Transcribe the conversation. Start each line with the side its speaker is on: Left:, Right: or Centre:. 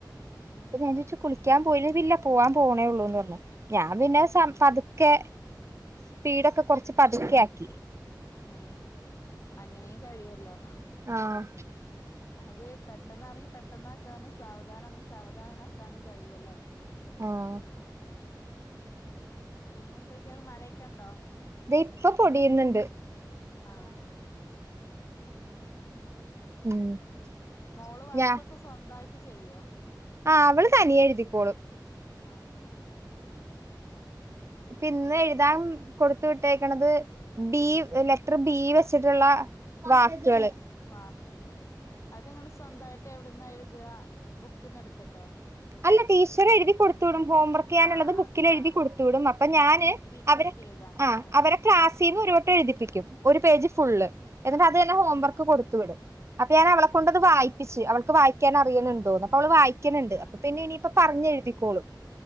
Left: ആഹ് ആഹ്
Right: അപ്പൊ ഞാൻ ചോദിച്ചു. കുളിക്കാൻ പോയില്ല. ഇല്ല പോവാൻ പോണേഒള്ളൂന്ന് പറഞ്ഞു. ഞാൻ പിന്നെ
Left: ആഹ് ആഹ്
Right: സം പതുക്കെ സ്പീഡൊക്കെ കൊറച്ച് പതുക്കെയാക്കി.
Left: ആഹ് അങ്ങനെയും കഴിയൊല്ലോ.
Right: ആഹ്
Left: അത് പെട്ടെന്നാണെങ്കിൽ പെട്ടെന്നാക്കാനും സാവധാനാണെങ്കി സാവധാനാണെങ്കി സാവധാനാക്കാനും കഴിയൊല്ലോ അമ്മ ക്ക്.
Right: ആ
Left: ആഹ് പിന്നെന്തൊക്കെയാണ് മഴയൊക്കെ ഉണ്ടോ?
Right: ദേ ഇപ്പ പൊടിയുന്ന് ണ്ട്.
Left: ആഹ് ആഹ്
Right: ഉം
Left: മോള് വർക്കൊക്കെ
Right: ഞാ
Left: സ്വന്തായിട്ട് ചെയ്യോ?
Right: ആഹ് അവള് തനിയേ എഴുതിക്കോളും.
Left: ആഹ് ആഹ്
Right: ഇപ്പ ഇന്നെഴുതാൻ
Left: പിന്നെ
Right: കൊടു ത്ത് വിട്ടേക്ക്ണത് ബീ ലെറ്റർ ബീ വെച്ചിട്ടുള്ള വാക്ക്കള്.
Left: വാക്കുകള്. അത്ങ്ങള് സ്വന്തായിട്ട് എവിടുന്നാ എഴുതാ, ബുക്ക്ന്ന്ട്ത്ത്ട്ടോ?
Right: അല്ല ടീച്ചർ എഴുതി കൊടുത്തു വിടും. ഹോംവർക്കെയ്യാനുള്ളത്
Left: ആഹ്
Right: ബുക്കില്
Left: അത്
Right: എഴുതി
Left: ആഹ്
Right: കൊടുത്തു വിടും. അപ്പൊ ഞാന്
Left: റിപ്പീറ്റ്
Right: അവരെ
Left: ആക്കി എഴുതാനേക്കാരം
Right: അവരെ ക്ലാസ്സീന്നൊരു
Left: ആഹ്
Right: വട്ടം എഴുതിപ്പിക്കും ഒരു പേജ്ഫുള്ള് എന്നിട്ടത്
Left: ആഹ്
Right: തന്നെ ഹോംവർക്ക്
Left: ആഹ്
Right: കൊടുത്തു വിടും. അപ്പൊ ഞാൻ അവളെ കൊണ്ടത്
Left: ആഹ്
Right: വായിപ്പിച്ച് അവൾക്ക് വായിക്കാൻ അറിയണ് ഇണ്ടോന്ന്. അപ്പൊ അവള് വായിക്ക്ണ് ണ്ട്.
Left: ആഹ്
Right: പിന്നെ ഇനിയിപ്പ പറഞ്ഞെഴുതിക്കോളു.
Left: ആഹ് ആഹ് ആഹ്